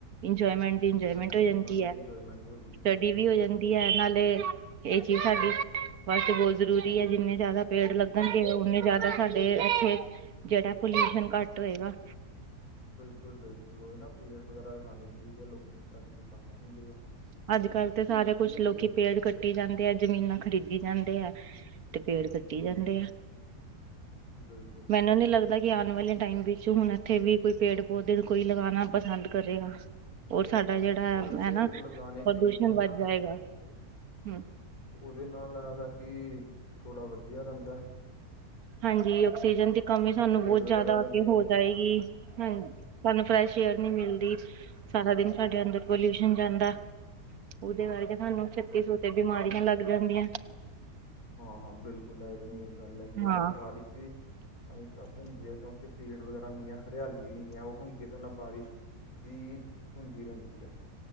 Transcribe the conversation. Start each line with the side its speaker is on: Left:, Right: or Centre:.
Right: ਇੰਜੋਏਮੈਂਟ
Left: ਹਮ
Right: ਦੀ ਇੰਜੋਏਮੈਂਟ
Left: ਬਿਲਕੁਲ
Right: ਹੋ ਜਾਂਦੀ
Left: ਉਹਨਾਂ ਦੀ
Right: ਐ।
Left: ਇੰਜੋਏਮੈਂਟ ਹੋ ਜਾਂਦੀ ਫਿਰ
Right: ਡੀ ਵੀ ਹੋ ਜਾਂਦੀ ਐ, ਨਾਲੇ ਇਹ ਚੀਜ਼ ਸਾਡੀ ਵਾਸਤੇ ਬੌਤ ਜ਼ਰੂਰੀ ਹੈ। ਜਿੰਨੇ ਜਾਅਦਾ ਪੇੜ ਲੱਗਣਗੇ, ਉਅਣੇ ਜਾਆਦਾ ਸਾਡੇ ਐਥੇ ਜੇਅੜਾ ਪੋਲਿਊਸ਼ਨ ਘੱਟ ਹੋਏਗਾ।
Left: ਬਿਲਕੁਲ-ਬਿਲਕੁਲ ਔਈ ਨਾ, ਪੇੜ ਵਗੈਰਾ ਲਗਾਣੇ ਚਾਹੀਦੇ ਆ, ਲੋਕੀ ਅੱਜ ਕੱਲ ਕੱਟ ਦਿੰਦੇ ਆ।
Right: ਆਜ ਕਲ੍ਹ ਤੇ ਸਾਰੇ ਕੁੱਛ ਲੋਕੀ ਪੇੜ ਕੱਟੀ ਜਾਂਦੇ ਐ, ਜ਼ਮੀਨਾਂ ਖਰੀਦੀ ਜਾਂਦੇ ਐ। ਤੇ ਪੇੜ ਕੱਟੀ
Left: ਹਮ
Right: ਜਾਂਦੇ ਆ,
Left: ਬਿਲਕੁਲ
Right: ਮੈਨੂੰ ਨੀ ਲੱਗ ਦਾ ਕਿ ਆਣ ਵਾਲੇ ਟਾਈਮ ਵਿੱਚ, ਹੁਣ ਐਥੇ ਵੀ ਕੋਈ ਪੇੜ ਪੌਦੇੇ, ਕੋਈ ਲਗਾਣਾ ਪਸੰਦ ਕਰੇਗਾ। ਹੋਰ ਸਾਡਾ ਜੇਅੜਾ
Left: ਵੈਸੇ
Right: ਏ ਨਾ,
Left: ਲਗਾਉਣੇ
Right: ਪ੍ਰਦੂਸ਼ਣ
Left: ਚਾਹੀਦੇ ਆ ਉਹਦੇ
Right: ਵੱਧ ਜਾਏਗਾ। ਹੂੰ।
Left: ਉਅਦੇ ਨਾਲ ਏਹ ਵਾ ਕਿ ਥੋੜਾ ਵਦੀਆ ਰੇਂਦਾ ਹੈ।
Right: ਹਾਂਜੀ, ਔਕਸੀਜਨ ਦੀ ਕਮੀ ਸਾਨੂੰ
Left: ਪੇੜ
Right: ਬੌਤ
Left: ਵਗੈਰਾ
Right: ਜ਼ਿਆਦਾ
Left: ਲੱਗੇ
Right: ਅੱਗੇ ਹੋ
Left: ਹੋਣ।
Right: ਜਾਏਗੀ। ਹਾਂ, ਸਾਨੂੰ ਫਰੈਸ਼ ਏਅਰ ਨੀ ਮਿਲਦੀ। ਸਾਰਾ ਦਿਨ ਸਾਡੇ ਅੰਦਰ ਪੋਲਿਊਸ਼ਨ ਜਾਂਦਾ। ਉਅਦੇ ਕਰਕੇ ਸਾਨੂੰ ਛੱਤੀ ਸੋ ਤੇ ਬਿਮਾਰੀਆਂ ਲੱਗ ਜਾਂਦੀਆਂ।
Left: ਹਾਂ-ਹਾਂ ਬਿਲਕੁਲ ਏ ਈ ਮੇਨ ਗੱਲ ਹੈਗੀ ਆ,
Right: ਹਾਂ
Left: ਫਿਰ ਬਾਰਿਸ਼ ਵੀ ਤਾਂ ਹੀ ਘੱਟ ਹੁੰਦੀ ਹੈ ਕਿਉਂਕਿ ਭੀੜ ਵਗੈਰਾ ਨਈ ਐ, ਹਰਿਆਲੀ ਨੀ ਐ, ਉਹ ਹੁੰਦੀ ਹੈ ਤੇ ਨਾਲ ਬਾਰਿਸ਼। ਵੀ, ਹੁੰਦੀ ਰੇਂਦੀ ਐ।